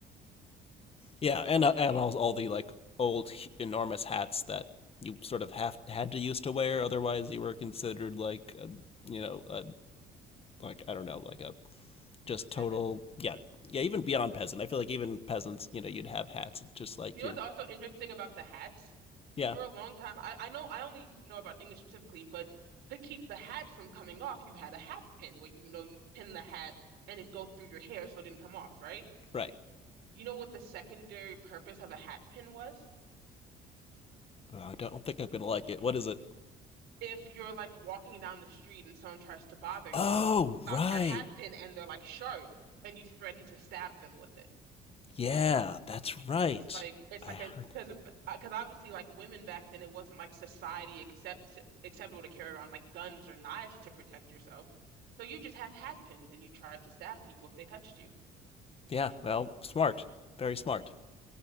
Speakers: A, on the left; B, on the right.
A: Yeah, and uh, and all, all the like old enormous hats that you sort of have had to used to wear, otherwise you were considered like a, you know a like I don't know like a just
B: peasant.
A: total yeah yeah even beyond peasant. I feel like even peasants you know you'd have hats just like
B: You know
A: your
B: what's also interesting about the hats?
A: yeah
B: for a long time, I, I know I only know about English specifically, but to keep the hat from coming off, you had a hat pin where you know you pin the hat and it go through your hair so it didn't come off, right?
A: right.
B: You know what the secondary purpose of a hat pin was?
A: Oh, I don't think I'm gonna like it. What is it?
B: If you're like walking down the street and someone tries to bother
A: Oh
B: you, you pull
A: right,
B: out your hat pin and they're like sharp and you threaten to stab them with it.
A: yeah that's right.
B: It's like it's
A: I
B: like
A: heard
B: a
A: that.
B: because because obviously like women back then it wasn't like society accept acceptable to carry on like guns or knives to protect yourself. So you just had hat pins and you tried to stab people if they touched you.
A: Yeah, well smart, very smart.